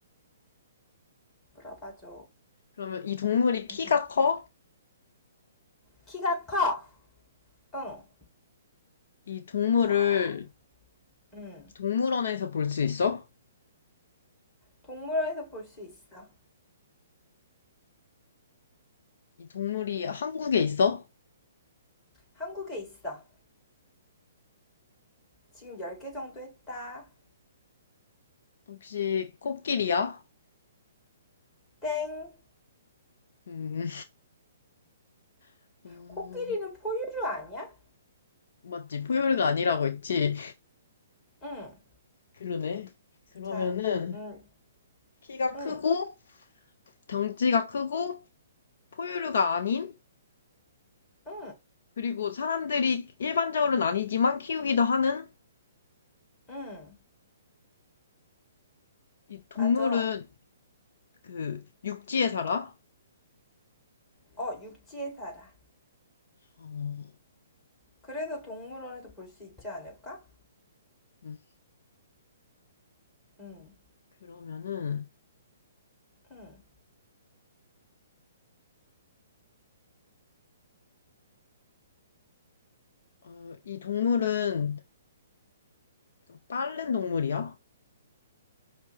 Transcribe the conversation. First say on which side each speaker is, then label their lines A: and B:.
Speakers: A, on the left; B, on the left.
A: 물어봐줘.
B: 그러면 이 동물이 키가
A: <laughs>
B: 커?
A: 키가 커! 응.
B: 이 동물을
A: 자, 음.
B: 동물원에서 볼 수 있어?
A: 동물원에서 볼 수 있어.
B: 이 동물이 한국에 있어?
A: 한국에 있어. 지금 열 개 정도 했다.
B: 혹시 코끼리야?
A: 땡!
B: 음, <laughs> 음,
A: 코끼리는 포유류 아니야?
B: 맞지. 포유류가 아니라고 했지.
A: 응.
B: 그러네. 그러면은,
A: 자, 응,
B: 키가
A: 응,
B: 크고, 덩치가 크고, 포유류가 아닌
A: 응,
B: 그리고 사람들이 일반적으로는 아니지만 키우기도 하는
A: 응.
B: 이 동물은
A: 맞아.
B: 그 육지에 살아.
A: 어, 육지에 살아.
B: 어,
A: 그래서 동물원에서 볼 수 있지 않을까?
B: 음,
A: 응,
B: 그러면은
A: 응.
B: 어, 이 동물은 좀 빠른 동물이야?